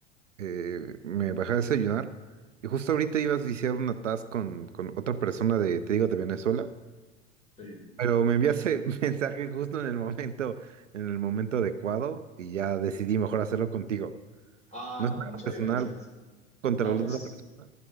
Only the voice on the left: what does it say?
Sí.
Ah,
no,
muchas
gracias.
No,
pues,